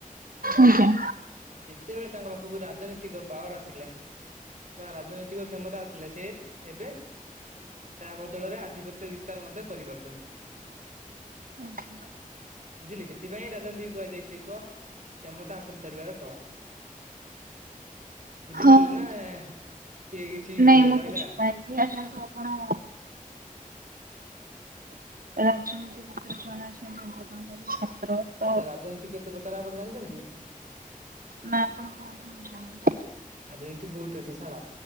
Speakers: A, on the right (about 80°); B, on the right (about 60°).
A: ଆଜ୍ଞା।
B: ଯେତେବେଳେ ତାଙ୍କ ପାଖୁକୁ ରାଜନୈତିକ ପାୱାର ଆସିଲା ବା ରାଜନୀ ତିକ କ୍ଷମତା ଆସିଲେ ସେ ଏବେ ତା ବଦଳରେ ଆଧିପତ୍ୟ ବିସ୍ତାର ମଧ୍ୟ କରିପାରୁଚନ୍ତି।
A: ହୁଁ।
B: ବୁଝିଲେ ସେଥିପାଇଁ ରାଜନୀତିକୁ କୁହାଯାଇଛି ଏକ କ୍ଷମତା ହାସଲ କରିବାର କଳା ବୁଝିପାରିଲେ
A: ହଁ
B: ନା କିଏ କିଛି
A: ନାଇଁ ମୁଁ
B: ରଇଲା।
A: <unintelligible> ଆପଣ। ରାଜନୀତି ବିଷୟରେ ଜଣା ଅଛନ୍ତି ଯେମିତି ଆପଣ କହିଲେ ଛାତ୍ର। ତ
B: ଆଚ୍ଛା ରାଜନୀତି କେତେ ପ୍ରକାର ଆପଣ ଜାଣିଚନ୍ତି?
A: ନା ଆପଣ କୁହନ୍ତୁ ମୁଁ ଜାଣିବି।
B: ରାଜନୀତି ବହୁତ ଅଛି ଛାଡ